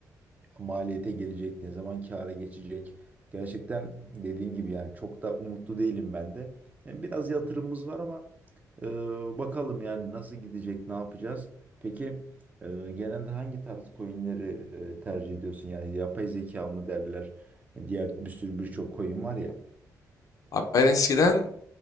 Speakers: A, on the right; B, on the left.
A: maliyete gelecek, ne zaman kâra geçecek? Gerçekten dediğin gibi yani çok da umutlu değilim ben de. Yani biraz yatırımımız var ama ee, bakalım yani nasıl gidecek, ne yapacağız? Peki e, genelde hangi tarz coinleri e, tercih ediyorsun? Yani yapay zeka mı derler? Diğer bir sürü birçok coin var ya.
B: Abi ben eskiden